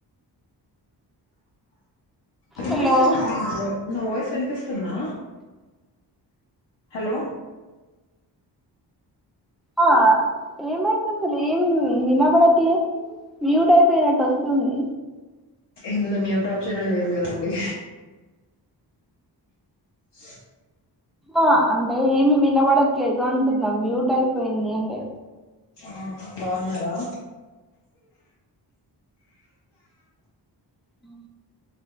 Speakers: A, on the left; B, in the centre.
A: వినిపిస్తుందా
B: hello
A: అండి నా వాయిస్ వినిపిస్తుందా? హలో
B: ఆ ఏమైంది అసలు ఏం వినబడట్లే మ్యూట్ అయిపోయినట్టు వస్తుంది.
A: ఇందులో మ్యూట్ ఆప్షనే లేదు కదండి. స్
B: ఆ అంటే ఏమి వినబడ ట్లేదు అంటున్నా మ్యూట్ అయిపోయింది అంటే
A: ఆ బావున్నారా?
B: ఆ